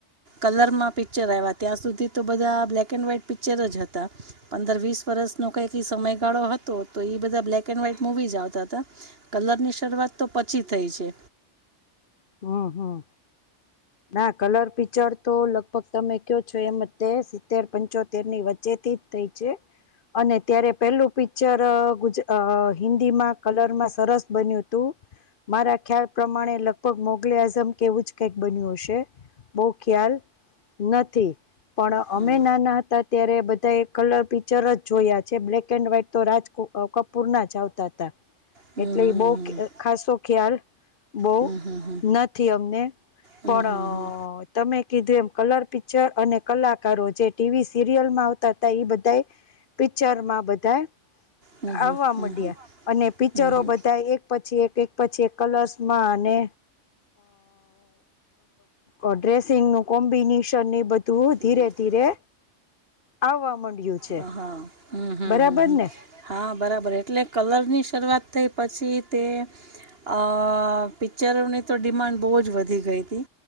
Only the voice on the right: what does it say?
કલરમાં પિક્ચર આવ્યા ત્યાં સુધી તો બધા બ્લેક એન્ડ વ્હાઈટ પિક્ચર જ હતા પંદર વીસ વર્ષ ન કઈક સમયગાળો હતો તો એ બધા બ્લેક એન્ડ વાઈટ મુવી જ આવતા હતા કલર ની શરૂઆત તો પછી થઈ છે.
હમ
હમ
હમ હમ હમ હમ હમ
હમ
હમ હમ
હમ હમ
હમ
હમ
હમ હમ
થઈ
નથી
હા હમ હમ
હમ હમ
હા બરાબર એટલે કલર ની શ અ પિક્ચરોની તો ડિમાન્ડ બહુ જ વધી ગઈ હતી